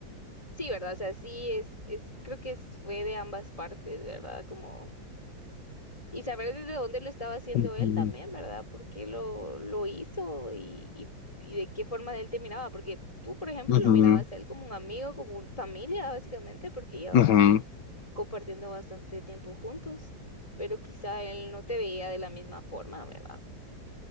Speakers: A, on the left; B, on the left.
A: Sí, ¿verdad? O sea, sí es, es, creo que es- fue de ambas partes, ¿verdad? Como, y saber desde dónde lo estaba haciendo
B: Ujú,
A: él también, ¿verdad? ¿Por qué lo, lo hizo y, y, y de qué forma él te miraba? Porque tú, por ejemplo,
B: ujú,
A: lo mirabas a él como un amigo, como una familia, básicamente, porque llevaban
B: ujú.
A: compartiendo bastante tiempo juntos, pero quizá él no te veía de la misma forma, ¿verdad?